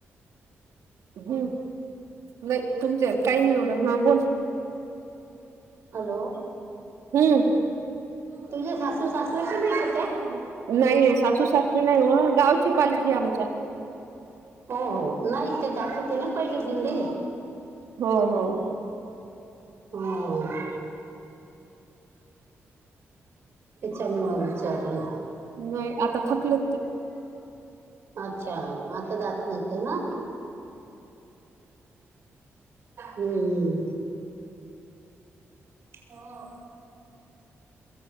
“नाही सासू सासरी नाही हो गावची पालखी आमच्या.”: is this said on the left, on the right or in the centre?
Right